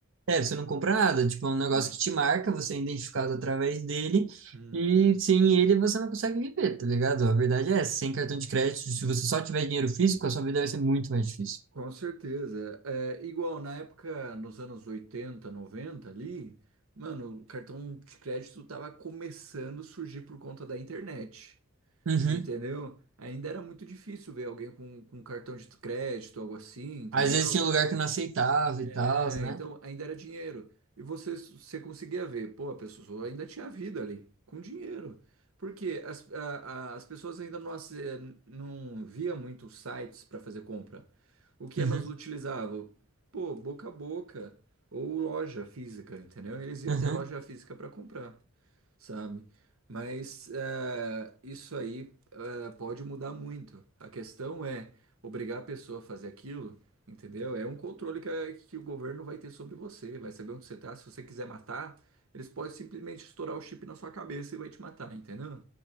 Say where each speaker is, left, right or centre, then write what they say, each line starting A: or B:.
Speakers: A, on the right (about 60°); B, on the right (about 80°).
A: É, você não compra nada. Tipo, é um negócio
B: né?
A: que te marca, você é identificado através dele.
B: Uhum.
A: E sem ele você não consegue viver, tá ligado? A verdade é essa. Sem cartão de crédito, se você só tiver dinheiro físico, a sua vida vai ser muito mais difícil.
B: Com certeza. É, é igual na época, nos anos 80 90 ali, mano, o cartão de crédito tava começando a surgir por conta da internet.
A: Uhum.
B: Entendeu? Ainda era muito difícil ver alguém com, com cartão de crédito, algo assim, entendeu?
A: Às vezes tinha lugar que não aceitava
B: É,
A: e tal, né?
B: então ainda era dinheiro. E você, você conseguia ver, pô, a pessoa ainda tinha vida ali, com dinheiro. Porque as, a- a- as pessoas ainda não, ace- não via muitos sites para fazer compra. O que
A: Uhum.
B: elas utilizavam? Pô, boca a boca ou loja física, entendeu? Eles iam
A: Uhum.
B: até loja física para comprar sabe? Mas eh, isso aí eh, pode mudar muito. A questão é obrigar a pessoa a fazer aquilo, entendeu? É um controle que, a- que o governo vai ter sobre você, vai saber onde você tá. Se você quiser matar, eles podem simplesmente estourar o chip na sua cabeça e vai te matar, entendeu?